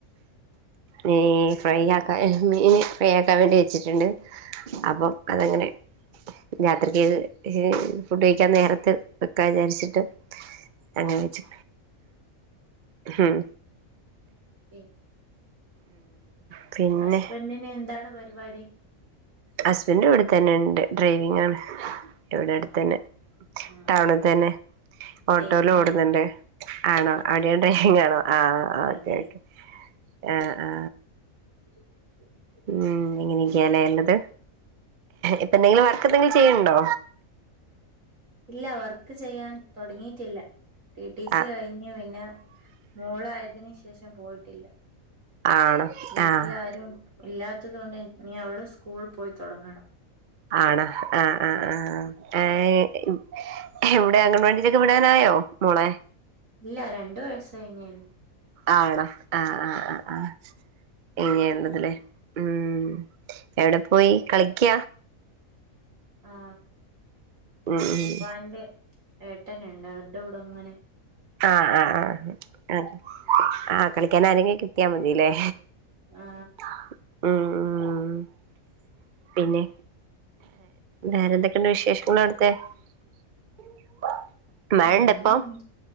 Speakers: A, on the right; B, on the right.
A: മീ ഫ്രൈ ആക്കാ മീൻ ഫ്രൈ ആക്കാൻ വേണ്ടി വെച്ചിട്ട്ണ്ട് അപ്പം അതങ്ങനെ രാത്രിക്കേക്ക് ഫുഡയ്ക്കാൻ നേരത്ത് വെക്കാ വിചാരിച്ചിട്ട് അങ്ങനെ വെച്ച് ഉം
B: ഉം
A: ഉം പിന്നെ
B: ഹസ്ബന്റിന് എന്താണ് പരിപാടി
A: ഹസ്ബന്റ് ഇവടെത്തെന്നെ ണ്ട് ഡ്രൈവിങ്ങാണ് ട്ടൊ ഇവടെ അട്ത്തെന്നെ
B: ആഹ്
A: ടൗണ്ത്തെന്നെ
B: ആഹ്
A: ഓട്ടോലോടുന്ന്ണ്ട്
B: സെയിം ആണ്
A: ആണോ അവിടേം ഡ്രൈവിങ്ങാണോ ആ ഓക്കെ
B: അതെ
A: ഓക്കെ ആ ആ
B: <unintelligible>
A: ഉം ഇങ്ങനെക്ക്യാല്ലേ ള്ളത് ഇപ്പെന്തെങ്കിലും വർക്കെന്തെങ്കിലും ചെയ്യ്ണ്ടോ
B: ഇല്ല വർക്ക് ചെയ്യാൻ തൊടങ്ങീട്ടില്ല ടി ടി സി
A: ആഹ്
B: കഴിഞ്ഞ് പിന്നെ മോളായതിന് ശേഷം പോയിട്ടില്ല
A: ആണോ
B: വീട്ടിൽ
A: ആഹ്
B: ആരും ഇല്ലാത്തത് കൊണ്ട് ഞ്ഞി അവള് സ്കൂൾ പോയി തൊടങ്ങണം
A: ആണോ ആ ആ ആ ഏ <unintelligible> എവടെ അങ്ങൻ വാടീലൊക്കെ വിടാനായോ മോളെ
B: ഇല്ല രണ്ടു വയസ്സ് കയ്ഞ്ഞേ ള്ളു
A: ആവണം ആ ആ ആ ആ ഇനിയിള്ളതില് ഉം എവടെ പോയി കളിക്ക
B: ആ
A: ഉം ഉം
B: ഉപ്പാന്റെ ഏട്ടന്ണ്ട് അവര്ടെ കൂടെങ്ങനെ
A: ആ ആ ആ <unintelligible> ആ കളിക്കാൻ ആരെങ്കി കിട്ട്യാ മതില്ലേ
B: ആ
A: ഉം ഉം പിന്നെ വേറെന്തൊക്കെണ്ട് വിശേഷങ്ങളവ്ട്ത്തെ <inaudible>
B: പിന്നെന്ത്‌
A: ഇണ്ടപ്പം